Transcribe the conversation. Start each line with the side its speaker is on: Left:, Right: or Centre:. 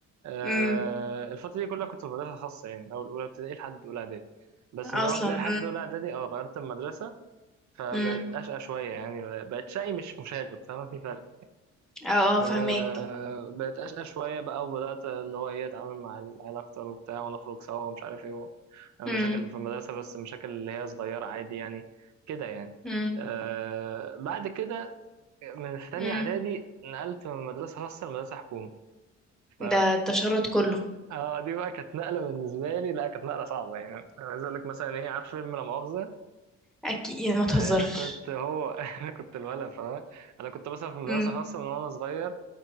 Right: آه،
Centre: امم
Right: الفترة دي كلها كنت في مدرسة خاصة يعني أول أولى ابتدائي لحد أولى إعدادي بس من أولى
Centre: اصلا
Right: ابتدائي لحد أولى إعدادي أه غيرت المدرسة فبقت
Centre: امم
Right: أشقى شوية يعني بقت شقي مش مشاغب فما في فرق
Centre: اه اه
Right: آه،
Centre: فهماك
Right: بقت أشقى شوية بقى وبدأت اللي هو إيه أتعامل مع العيال أكتر وبتاع ونخرج سوا ومش عارف إيه مشاكل
Centre: امم
Right: في المدرسة بس مشاكل اللي هي صغيرة عادي يعني كده يعني
Centre: امم
Right: آه، بعد كده من في تانية
Centre: امم
Right: إعدادي نقلت من مدرسة خاصة لمدرسة حكومة ف
Centre: ده التشرد كله
Right: اه دي بقى كانت نقله بالنسبه لي لا كانت نقله صعبه يعني انا عايز اقول لك مثلا ايه عارف فيلم لا مؤاخذه
Centre: اكيد يا ما تهزرش
Right: انا كنت هو <laughs> انا كنت الولد فاهم انا كنت مثلا في مدرسه
Centre: امم
Right: خاصه من وانا صغير